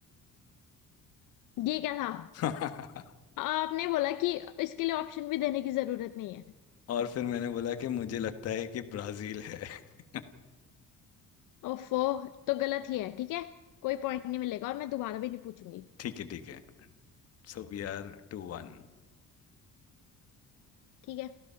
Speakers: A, on the left (about 75°); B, on the left (about 50°).
A: ये क्या था
B: हैं <laughs>
A: आपने बोला कि इसके लिए ऑप्शन भी देने की जरूरत नहीं है
B: और फिर मैंने बोला कि मुझे लगता है कि ब्राजील है <laughs>
A: ओफो तो गलत ही है ठीक है कोई पॉइंट नहीं मिलेगा और मैं दोबारा भी नहीं पूछूंगी
B: ठीक है ठीक है So we are two one
A: ठीक है